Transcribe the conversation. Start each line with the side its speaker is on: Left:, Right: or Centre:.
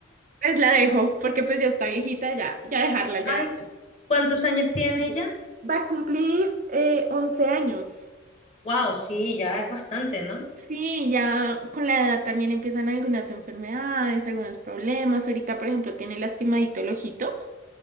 Right: pues la dejo, porque pues ya está viejita, ya, ya dejarla, ya.
Left: Ay, ¿cuántos años tiene ella?
Right: Va a cumplir eh, 11 años.
Left: Wow, sí, ya es bastante, ¿no?
Right: Sí, ya con la edad también empiezan algunas enfermedades, algunos problemas. Ahorita, por ejemplo, tiene lastimadito el ojito,